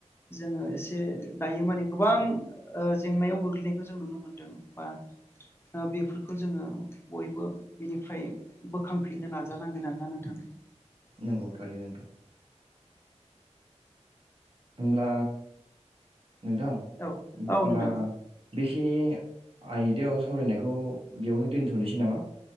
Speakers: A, on the left (about 20°); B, on the right (about 50°).
A: जोङो एसे एसे दायो माने गोबां ओ जेंनायाव गोग्लैनायखौ जों नुनो मोनदों बा बेफोरखौ जोङो बयबो बिनिफ्राय बोखांफिननो नाजानांगोन आरोना नोंथां।
B: नंगौ थारैनो नोंथां। होमब्ला? नोंथां होनबा
A: औ औ नोंथां
B: बेखिनि आयदायाव सावरायनायखौ बेयावनो दोनथनोसै नामा?